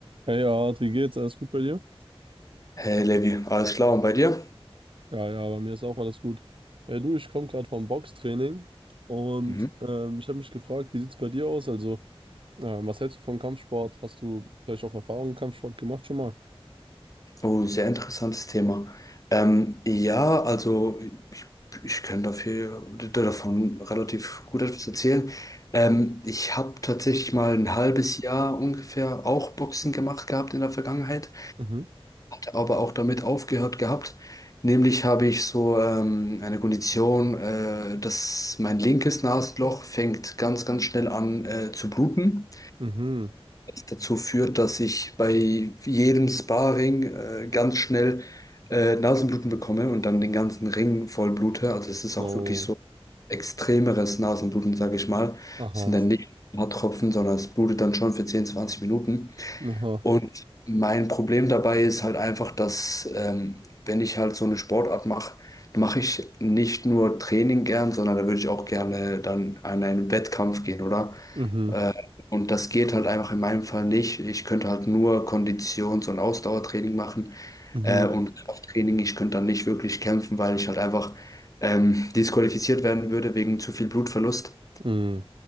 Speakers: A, on the right; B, on the left.
A: Hey, Art, wie geht's? Alles gut bei dir?
B: Hey Levi, alles klar und bei dir?
A: Ja, ja, bei mir ist auch alles gut. Hey, du, ich komme gerade vom Boxtraining und
B: Mhm.
A: ähm, ich habe mich gefragt, wie sieht's bei dir aus? Also, äh, was hältst du von Kampfsport? Hast du vielleicht auch Erfahrungen im Kampfsport gemacht schon mal?
B: Oh, sehr interessantes Thema. Ähm, ja, also ich, ich kann dafür, davon relativ gut etwas erzählen. Ähm, ich habe tatsächlich mal ein halbes Jahr ungefähr auch Boxen gemacht gehabt in der Vergangenheit,
A: Mhm,
B: aber auch damit aufgehört gehabt. Nämlich habe ich so ähm, eine Kondition, äh, dass mein linkes Nasenloch fängt ganz, ganz schnell an äh, zu bluten.
A: mhm,
B: dazu führt, dass ich bei jedem Sparring äh, ganz schnell äh, Nasenbluten bekomme und dann den ganzen Ring voll blute. Also es ist
A: oh,
B: auch wirklich so extremeres Nasenbluten, sage ich mal.
A: aha,
B: Es sind dann nicht ein paar Tropfen, sondern es blutet dann schon für 10, 20 Minuten.
A: aha,
B: Und mein Problem dabei ist halt einfach, dass ähm, wenn ich halt so eine Sportart mache, mache ich nicht nur Training gern, sondern da würde ich auch gerne dann an einen Wettkampf gehen, oder?
A: mhm,
B: Äh, und das geht halt einfach in meinem Fall nicht. Ich könnte halt nur Konditions- und Ausdauertraining machen
A: mhm,
B: äh, und Krafttraining. Ich könnte dann nicht wirklich kämpfen, weil ich halt einfach ähm, disqualifiziert werden würde wegen zu viel Blutverlust.
A: mhm,